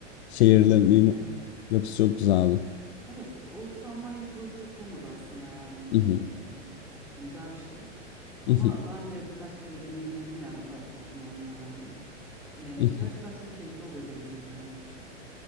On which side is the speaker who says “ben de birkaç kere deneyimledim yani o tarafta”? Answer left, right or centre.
Centre